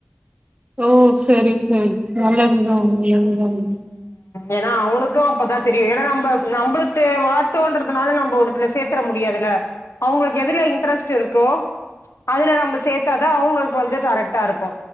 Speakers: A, on the right; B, on the left.
A: ஓ சேரி சேயி நல்லதுதா <unintelligible>
B: ஏனா அவுனுக்கு அப்பதா தெரியு எத நம்ப நம்புளுக்கு வாட்டோன்றதுனால நம்போ ஒன்னத்துல சேர்த்துர முடியாதுல அவுங்கள்க் எதுல இன்ட்ரஸ்ட் இருக்கோ அதுல நம்ப சேத்தா தா அவுங்கள்க் வந்து கரெக்டா இருக்கு